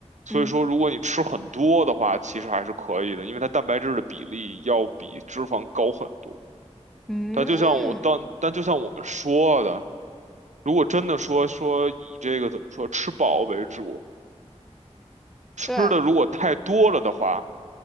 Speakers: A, on the right; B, in the centre.
A: 所以说如果你吃很多的话，
B: 嗯。
A: 其实还是可以的，因为它蛋白质的比例要比脂肪高很多。
B: 嗯
A: 但就像我，但但就像我们说的。如果真的说说以这个怎么说吃饱为主，吃的如果太多了的话，
B: 对，